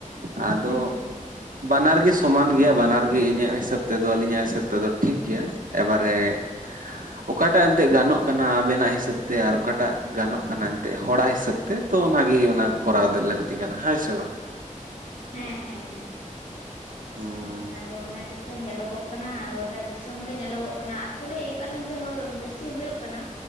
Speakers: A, on the right; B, on the left.
A: ᱟᱫᱚ᱾
B: ᱦᱩᱸ ᱦᱩᱸ ᱦᱮᱸ
A: ᱵᱟᱱᱟᱨ ᱜᱮ ᱥᱚᱢᱟᱱ ᱜᱮᱭᱟ ᱵᱟᱱᱟᱨ ᱜᱮ ᱤᱧᱟᱹᱜ ᱦᱤᱥᱟᱹᱵ ᱛᱮᱫᱚ ᱟᱹᱞᱤᱧᱟᱜ ᱦᱤᱥᱟᱹᱵ ᱛᱮᱫᱚ ᱴᱷᱤᱠ ᱜᱮᱭᱟ᱾ ᱮᱵᱟᱨᱮ- ᱚᱠᱟᱴᱟᱜ ᱮᱱᱛᱮᱫ ᱜᱟᱱᱚᱜ ᱠᱟᱱᱟ ᱟᱵᱮᱱᱟᱜ ᱦᱤᱥᱟᱹᱵ ᱛᱮ ᱟᱨ ᱚᱠᱟᱴᱟᱜ ᱜᱟᱱᱚᱜ ᱠᱟᱱᱟ ᱮᱱᱛᱮᱫ ᱦᱚᱲᱟᱜ ᱦᱤᱥᱟᱹᱵ ᱛᱮ ᱛᱚ ᱚᱱᱟ ᱜᱮ ᱚᱱᱟ ᱠᱚᱨᱟᱣ ᱫᱚ ᱞᱟᱹᱠᱛᱤ ᱠᱟᱱᱟ ᱦᱮᱸ ᱥᱮ ᱵᱟᱝ?
B: ᱦᱮᱸ ᱦᱮᱸ
A: ᱦᱩᱸ
B: ᱦᱮᱸ ᱟᱫᱚ ᱚᱱᱟ ᱜᱮᱛᱚ ᱧᱮᱞᱚᱜᱚᱜ ᱠᱟᱱᱟ᱾ ᱜᱚᱴᱟ ᱫᱤᱥᱚᱢ ᱜᱮ ᱧᱮᱞᱚᱜᱚᱜ ᱠᱟᱱᱟ ᱟᱥᱚᱞᱮ᱾ ᱠᱟᱨᱚᱱ ᱛᱮ ᱦᱳᱭ ᱵᱮᱥᱤ ᱦᱩᱭᱩᱜ ᱠᱟᱱᱟ